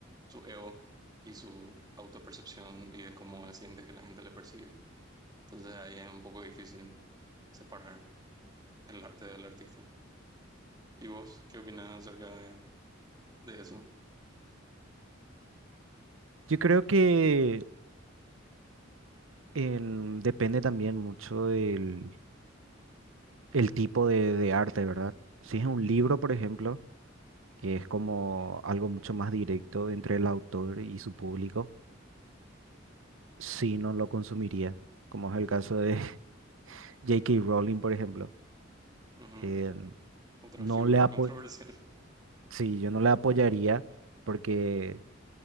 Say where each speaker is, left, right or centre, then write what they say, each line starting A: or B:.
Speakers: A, on the right (about 20°); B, on the right (about 80°).
A: su ego y su autopercepción y de cómo él siente que la gente le percibe. Entonces ahí es un poco difícil separar el arte del artista. ¿Y vos qué opinás acerca de, de eso?
B: Yo creo que en- depende también mucho del el tipo de, de arte, ¿verdad? Si es un libro, por ejemplo. que es como algo mucho más directo entre el autor y su público, si no lo consumiría, como es el caso de <laughs> J.K. Rowling, por ejemplo.
A: Ujú.
B: Eh,
A: Otra
B: no
A: figura
B: le apo-
A: controversial.
B: sí, yo no le apoyaría porque